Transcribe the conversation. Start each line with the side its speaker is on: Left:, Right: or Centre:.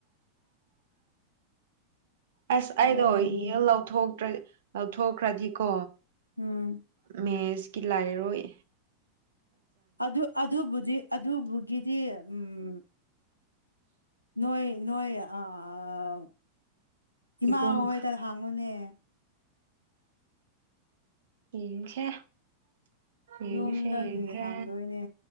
Right: ꯑꯁ ꯑꯩꯗꯣ
Left: ꯅꯣꯏꯒꯤ
Right: ꯌꯦꯜ ꯂꯧꯊꯣꯛꯇ꯭ꯔ ꯂꯧꯊꯣꯛꯈ꯭ꯔꯗꯤꯀꯣ
Left: ꯎꯝ
Right: ꯃꯦꯁꯀꯤ ꯂꯥꯏꯔꯔꯣꯏ
Left: ꯑꯗꯨ ꯑꯗꯨꯕꯨꯗꯤ ꯑꯗꯨꯕꯨꯒꯤꯗꯤ ꯎꯝ ꯅꯣꯏ ꯅꯣꯏ ꯑꯥ ꯏꯃꯥ
Right: ꯏꯕꯨꯡ
Left: ꯍ‌ꯣꯏꯗ ꯍꯪꯉꯨꯅꯦ
Right: ꯌꯦꯡꯁꯦ ꯌꯦꯡꯁꯦ
Left: ꯌꯨꯝꯗꯒꯤ
Right: ꯌꯦꯡꯁꯦ
Left: ꯍꯥꯡꯗꯣꯏꯅꯦ